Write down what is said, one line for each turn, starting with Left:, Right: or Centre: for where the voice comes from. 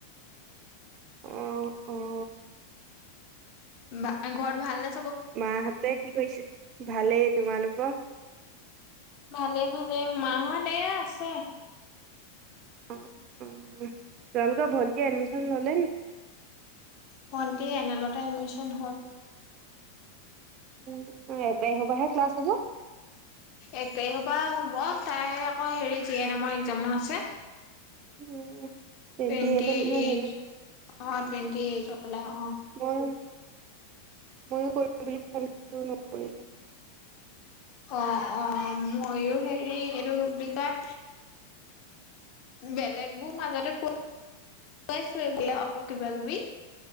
Right: অঁ অঁ
Left: বা ঘৰত ভাল নে
Right: মাহঁতে কি কৰিছে ভালেই তোমালোকৰ
Left: ভালে ভালে মাহঁত এয়া আছে
Right: অঁ তোমালোকৰ ভন এয়া এডমিশন ললে
Left: ভণ্টি এনেলতে এডমিশন হল
Right: উম এক তাৰিখৰ পৰা হে হ'বহে ক্লাছ হব
Left: এক তাৰিখৰ পৰা হ'ব তাই আকৌ হেৰি জি এন এমৰ এক্জামো আছে
Right: উম
Left: টুৱেণ্টি
Right: এইটত নহয়
Left: এইট
Right: জানো
Left: অঁ টুৱেণ্টি এইট হবলা অঁ
Right: মই <unintelligible>
Left: অঁ অঁ ময়ো হেৰি এইটো বুলি কয় বেলেগো মাজতে প আকৌ কিবা কিবি